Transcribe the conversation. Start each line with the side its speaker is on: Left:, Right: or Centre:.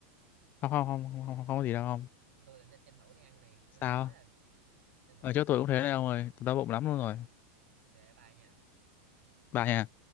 Left: không không không không không, không có gì đâu
Right: ừ.
Left: không
Right: tụi tôi định tranh thủ đi ăn nè tôi hơi
Left: sao
Right: đói rồi tranh thủ
Left: ở
Right: đi ăn
Left: chỗ tôi
Right: cơm
Left: cũng thế
Right: ấy
Left: đấy ông ơi tôi đau bụng
Right: ok
Left: lắm luôn rồi
Right: không về bye nha
Left: bà nhà